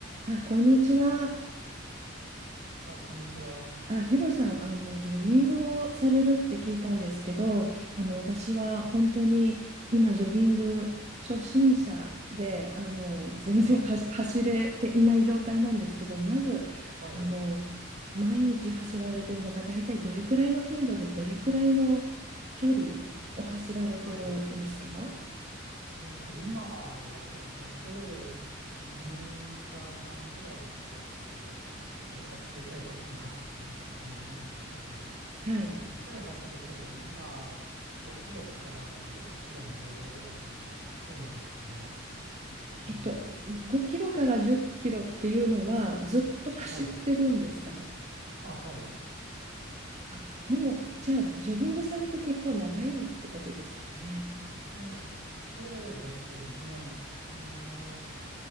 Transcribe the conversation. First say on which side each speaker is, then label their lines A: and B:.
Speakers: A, on the right (about 35°); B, on the right (about 75°).
A: あ、こんにちは。
B: はい、こんにちは。
A: あ、ヒロさん、あの、ジョギングをされるって聞いたんですけど、あの、私は本当に今、ジョギング初心者で、あの、全然はし走れていない状態なんですけど、
B: はい、
A: まず、
B: はい、
A: あの、毎日走られてるのが、大体どれくらいの頻度で、どれくらいの距離を走られてるんですか
B: はい。えっと、今はですね、週2か3ぐらいのペースで、えー走りたい時に走ってるって感じなんですけど、
A: はい。
B: まあ、1回走る距離は今、5キロから10キロの間ぐらいが多いですかね。うん。
A: えっと、5キロから10キロっていうのは、ずっと走ってるんですか
B: はい。あ、はい。
A: あ、もう、じゃあ、ジョギングされて結構長いってことですよね。
B: で
A: あ、
B: そうですね。あのー